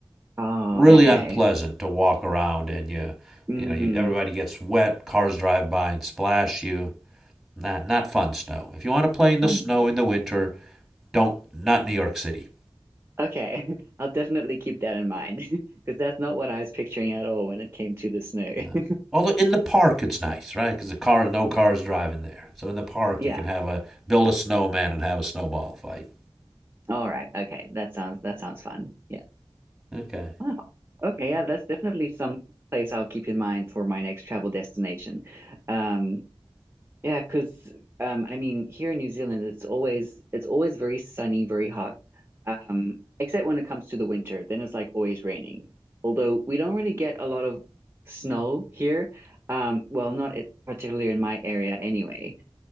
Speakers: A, on the right; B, in the centre.
A: Oh,
B: Really
A: okay.
B: unpleasant to walk around, and you,
A: Mm.
B: you know, you, everybody gets wet. Cars drive by and splash you. Not not fun snow. If you want to play in the
A: Um
B: snow in the winter, don't not New York City.
A: Okay, <laughs> I'll definitely keep that in mind <laughs> because that's not what I was picturing at all when it came to the snow.
B: No.
A: <laughs>
B: Although in the park it's nice, right? Because the car, no cars driving there. So in the park
A: Yeah.
B: you can have a build a snowman and have a snowball fight.
A: All right. Okay. That sounds that sounds fun. Yeah.
B: Okay,
A: Wow. Okay. Yeah, that's definitely some place I'll keep in mind for my next travel destination. Um, Yeah, because um, I mean, here in New Zealand, it's always it's always very sunny, very hot. Um, except when it comes to the winter, then it's like always raining. Although we don't really get a lot of snow here. Um, well, not it, particularly in my area anyway.